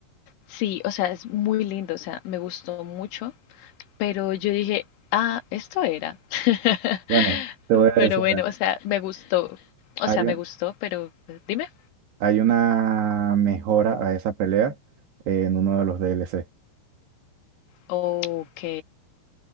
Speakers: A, on the left (about 85°); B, on the right (about 65°).
A: Sí, o sea, es muy lindo, o sea, me gustó mucho. Pero yo dije, ah, esto era. <laughs>
B: Bueno, te voy a
A: Pero
B: decir
A: bueno,
B: algo.
A: o sea, me gustó. O
B: Hay,
A: sea, me
B: un-
A: gustó, pero dime.
B: hay una mejora a esa pelea en uno de los DLC.
A: Ok.